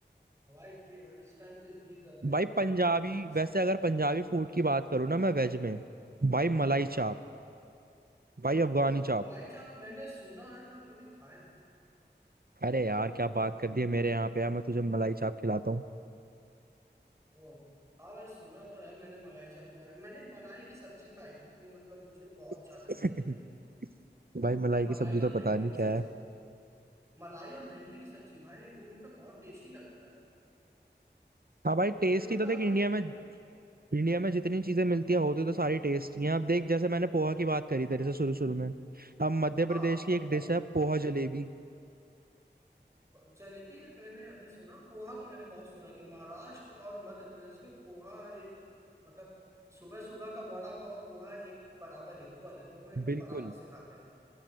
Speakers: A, on the right (about 15°); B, on the right (about 55°).
A: भाई ड्रिंक इस टाइम तो इतनी गर्मी
B: भाई
A: पड़
B: पंजाबी
A: रही है तुम ड्रिंक्स
B: वैसे
A: में
B: अगर पंजाबी फूड की बात करूँ ना मैं वेज में भाई मलाई चाप
A: हाँ
B: भाई अफगानी
A: ओ
B: चाप
A: मलाई चाप मैंने सुना है पर कभी खाया नहीं
B: अरे यार क्या बात कर दी है मेरे यहाँ पे यार मैं तुझे मलाई चाप खिलाता हूँ
A: ओ हाँ मैं सुना तो है मैंने मलाई चाप के बारे में मैंने मलाई की सब्जी खाई थी वो मतलब मुझे बहुत ज्यादा
B: <laughs>
A: टेस्टी लगी थी
B: भाई मलाई की
A: मलाई
B: सब्जी तो
A: और
B: पता
A: भिंडी
B: नहीं
A: की सब्जी
B: क्या है
A: मलाई और भिंडी की सब्जी भाई वो मतलब बहुत टेस्टी लगता है
B: हाँ भाई टेस्ट
A: ये मतलब
B: ही तो देख
A: अभी
B: इंडिया में इंडिया में जितनी चीजें मिलती है होती तो सारी टेस्टी हैं अब देख जैसे मैंने पोहा की बात करी तेरे से शुरू शुरू में अब मध्य प्रदेश
A: हाँ
B: की एक
A: पोहा
B: डिश है पोहा जलेबी
A: जलेबी मैंने अभी सुना पोहा तो मैंने बहुत सुना कि महाराष्ट्र और मध्य प्रदेश में पोहा एक मतलब सुबह सुबह का वड़ा पाव और पोहा एक बराबर इक्वल है दोनों एकदम
B: बिल्कुल
A: बराबर से खाते हैं